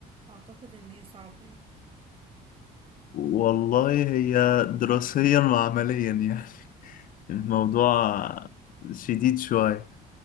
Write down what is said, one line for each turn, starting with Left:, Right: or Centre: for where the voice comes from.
Right: اعتقد ان هي صعبة يعني
Left: والله هي دراسيا وعمليا يعني <laughs> الموضوع شديد شويه